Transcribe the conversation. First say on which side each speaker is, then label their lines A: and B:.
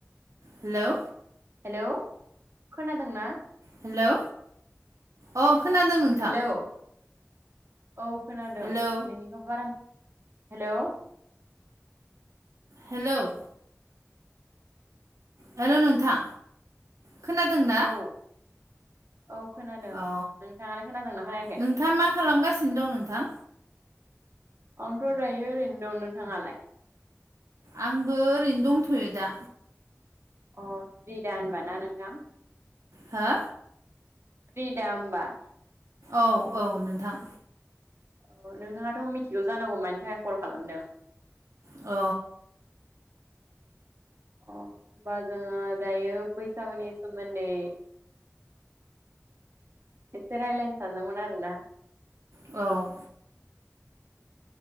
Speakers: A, on the right; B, on the right.
A: हेलौ
B: हेलौ खोनादोंना?
A: हेलौ अ खोनादों नोंथां
B: हेलौ औ खोनादों
A: हेलौ
B: नोंनिखौ बारा हेल'?
A: हेल' हेल' नोंथां खोनादों
B: औ
A: ना?
B: औ खोनादों।
A: औ
B: नोंथाङालाय खोनादोंना खोनायाखै?
A: नोंथाङा मा खालामगासिनो दं नोंथां?
B: आनोथ' दायो ओरैनो दं नोंथाङालाय?
A: आंबो ओरैनो दंथ'यो दा।
B: अ फ्रिदा होनबा ना नोंथां?
A: हो?
B: फ्रिदा होमबा?
A: औ औ नोंथां।
B: औ नोंथाङाथ' मिथिगौ जानांगौ मानि थाखाय कल खालामदों?
A: अ
B: अ होमबा जोङो दायो बैसागुनि सोमोन्दै एसे रायलायनो सानदों आरो ना?
A: औ